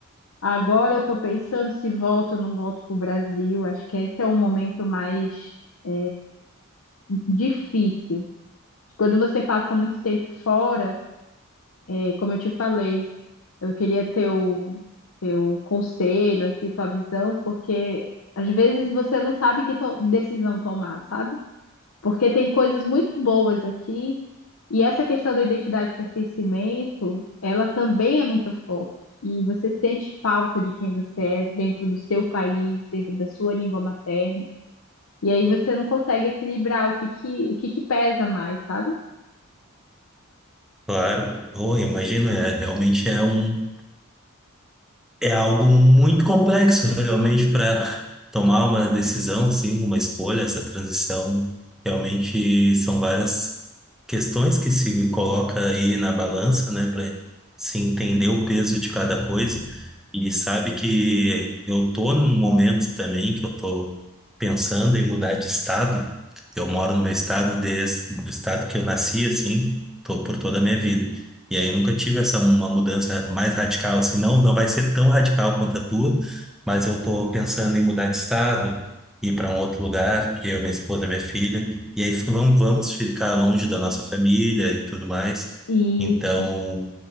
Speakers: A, on the left; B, in the centre.
A: Agora eu estou pensando se volto ou não volto para o Brasil. Acho que esse é o momento mais é, difícil. Quando você passa muito tempo fora, é, como eu te falei, eu queria teu, teu conselho, assim, tua visão, porque às vezes você não sabe que to- decisão tomar, sabe? Porque tem coisas muito boas aqui, e essa questão da identidade e pertencimento, ela também é muito forte. E você sente falta de quem você é dentro do seu país, dentro da sua língua materna. E aí você não consegue equilibrar o que que, o que que pesa mais, sabe?
B: Claro, pô, eu imagino, é, realmente é um É algo muito complexo, né, realmente, para tomar uma decisão, sim, uma escolha, essa transição. Realmente são várias questões que se coloca aí na balança, né, para se entender o peso de cada coisa. E sabe que eu tô num momento também que eu tô pensando em mudar de estado. Eu moro no meu estado desde o estado que eu nasci, assim, to- por toda a minha vida. E aí eu nunca tive essa uma mudança mais radical assim, não, não vai ser tão radical quanto a tua, mas eu tô pensando em mudar de estado, ir para um outro lugar, eu, minha esposa, minha filha, e aí vamos, vamos ficar longe da nossa família e tudo mais.
A: Isso,
B: Então,